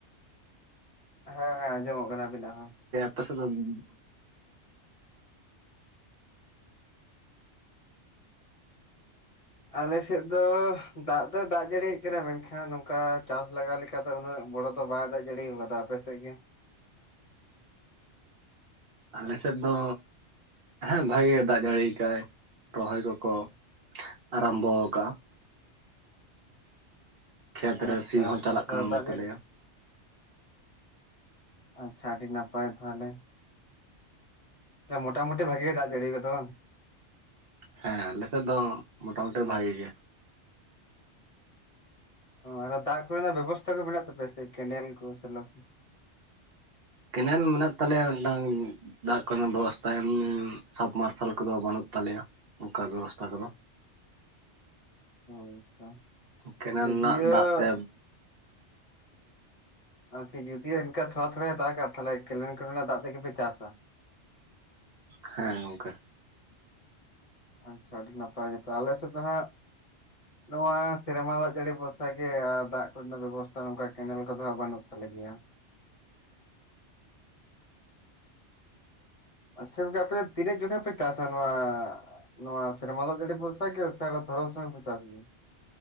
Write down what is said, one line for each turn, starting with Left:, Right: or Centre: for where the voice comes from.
Left: ᱦᱮᱸ ᱦᱮᱸ ᱟᱸᱡᱚᱢᱚᱜ ᱠᱟᱱᱟ ᱟᱵᱤᱱᱟᱜ ᱦᱚᱸ
Right: ᱛᱮᱥᱞᱚᱢᱤᱧ
Left: ᱟᱞᱮ ᱥᱮᱫ ᱫᱚ ᱫᱟᱜ ᱫᱚ ᱫᱟᱜ ᱡᱟᱹᱲᱤᱭ ᱮᱫ ᱠᱟᱱᱟ ᱢᱮᱱᱠᱷᱟᱱ ᱱᱚᱝᱠᱟ ᱪᱟᱥ ᱞᱟᱜᱟᱣ ᱞᱮᱠ ᱠᱟᱛ ᱫᱚ ᱩᱱᱟᱹᱜ ᱵᱚᱲᱚ ᱫᱚ ᱵᱟᱭ ᱫᱟᱜ ᱡᱟᱹᱲᱤ ᱠᱟᱫᱟ ᱟᱯᱮ ᱥᱮᱫ ᱜᱮ
Right: ᱟᱞᱮ ᱥᱮᱫ ᱫᱚ ᱦᱮᱸ ᱵᱷᱟᱜᱮ ᱫᱟᱜ ᱡᱟᱹᱲᱤᱭ ᱠᱟᱫᱟᱭ ᱨᱚᱦᱚᱭ ᱠᱚᱠᱚ ᱟᱨᱟᱢᱵᱚ ᱟᱠᱟᱜ-ᱟ ᱠᱷᱮᱛ ᱨᱮ
Left: ᱟᱪᱪᱷᱟ
Right: ᱥᱤ ᱦᱚᱸ
Left: ᱟᱪᱪᱷᱟ
Right: ᱪᱟᱞᱟᱜ
Left: ᱛᱟᱦᱚᱞᱮ
Right: ᱠᱟᱱ ᱜᱮ
Left: ᱫᱟᱜ
Right: ᱛᱟᱞᱮᱭᱟ
Left: ᱡᱟᱹᱲᱤ ᱟᱪᱪᱷᱟ ᱟᱹᱰᱤ ᱱᱟᱯᱟᱭ ᱛᱟᱦᱚᱞᱮ ᱢᱚᱴᱟ ᱢᱩᱴᱤ ᱵᱷᱟᱜᱮ ᱜᱮ ᱫᱟᱜ ᱡᱟᱹᱲᱤ ᱠᱟᱫᱟ ᱵᱟᱝ
Right: ᱦᱮᱸ ᱟᱞᱮ ᱥᱮᱫ ᱫᱚ ᱢᱚᱴᱟ ᱢᱩᱴᱤ ᱵᱷᱟᱜᱤ ᱜᱮ
Left: ᱚ ᱟᱨ ᱫᱟᱜ ᱠᱩ ᱨᱮᱱᱟᱜ ᱵᱮᱵᱚᱥᱛᱟ ᱠᱚ ᱢᱮᱱᱟᱜ ᱛᱟᱯᱮᱭᱟ ᱥᱮ ᱠᱮᱱᱮᱞ ᱠᱚ ᱥᱮᱞᱚ ᱠᱩ
Right: ᱠᱮᱱᱮᱞ ᱢᱮᱱᱟᱜ ᱛᱟᱞᱮᱭᱟ ᱢᱤᱫᱴᱟᱝ ᱫᱟᱜ ᱠᱚ ᱨᱮᱱᱟᱜ ᱵᱮᱵᱚᱥᱛᱷᱟ ᱮᱢᱱᱤ ᱥᱟᱵᱢᱟᱨᱥᱟᱞ ᱠᱚᱫᱚ ᱵᱟᱹᱱᱩᱜ ᱛᱟᱞᱮᱭᱟ ᱚᱠᱟ ᱵᱮᱵᱚᱥᱛᱷᱟ ᱠᱚᱫᱚ
Left: ᱟᱪᱪᱷᱟ
Right: ᱠᱮᱱᱮᱞ
Left: ᱡᱚᱫᱤᱭᱳ
Right: ᱨᱮᱱᱟᱜ ᱫᱟᱜ ᱛᱮ
Left: <inaudible> ᱟᱨᱠᱤ ᱡᱩᱫᱤᱭᱳ ᱤᱱᱠᱟ ᱛᱷᱚᱲᱟ ᱛᱷᱚᱲᱟᱭ ᱫᱟᱜᱟ ᱛᱟᱦᱚᱞᱮ ᱠᱮᱱᱮᱞ ᱠᱚ ᱨᱮᱱᱟᱜ ᱫᱟᱜ ᱛᱮᱜᱮ ᱯᱮ ᱪᱟᱥᱟ
Right: ᱦᱮᱸ ᱜᱚᱝᱠᱮ
Left: ᱟᱪᱪᱷᱟ ᱟᱹᱰᱤ ᱱᱟᱯᱟᱭ ᱜᱮᱛᱚ ᱟᱞᱮ ᱥᱮᱫ ᱫᱚ ᱦᱟᱸᱜ ᱟᱞᱮ ᱢᱟ ᱥᱮᱨᱢᱟ ᱫᱟᱜ ᱡᱟᱹᱲᱤ ᱵᱷᱚᱨᱥᱟ ᱜᱮ ᱟᱨ ᱫᱟᱜ ᱠᱚ ᱨᱮᱱᱟᱜ ᱵᱮᱵᱚᱥᱛᱷᱟ ᱱᱚᱝᱠᱟ ᱠᱮᱱᱮᱞ ᱠᱚᱫᱚ ᱦᱟᱜ ᱵᱟᱹᱱᱩᱜ ᱛᱟᱞᱮ ᱜᱮᱭᱟ᱾ ᱟᱪᱪᱷᱟ ᱜᱚᱝᱠᱮ ᱟᱯᱮ ᱛᱤᱱᱟᱹᱜ ᱡᱚᱠᱷᱟ ᱯᱮ ᱪᱟᱥᱟ ᱱᱚᱣᱟ ᱱᱚᱣᱟ ᱥᱮᱨᱢᱟ ᱫᱟᱜ ᱡᱟᱹᱲᱤ ᱵᱩᱨᱥᱟ ᱜᱮ ᱥᱮ ᱫᱷᱚᱨᱚᱱ ᱥᱚᱢᱚᱭ ᱯᱮ ᱪᱟᱥ ᱜᱮᱭᱟ